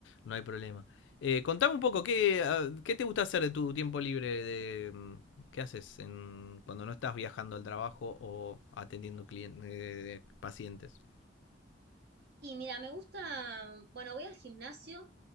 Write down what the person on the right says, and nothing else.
Y mira, me gusta, bueno, voy al gimnasio.